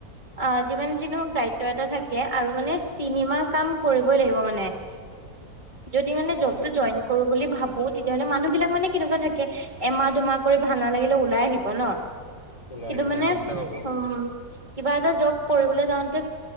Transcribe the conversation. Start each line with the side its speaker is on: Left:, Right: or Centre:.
Right: আহঁ যিমান যি নহওঁক দায়িত্ব এটা থাকে আৰু মানে তিনিমাহ কাম কৰিবই লাগিব মানে। যদি মানে
Left: অ
Right: জবটো
Left: অ
Right: জইন কৰো বুলি ভাবোঁ- তেতিয়াহ'লে মানুহ বিলাক মানে কেনেকুৱা থাকে, এমাহ, দুমাহ কৰি ভাল নালাগিলে ওলাই আহিব ন।
Left: ওলাই
Right: কিন্ত
Left: আহিব
Right: মানে
Left: তেনে লোকচান হ'ব
Right: উমঁ- কিবা এটা জব কৰিবলৈ যাওঁতে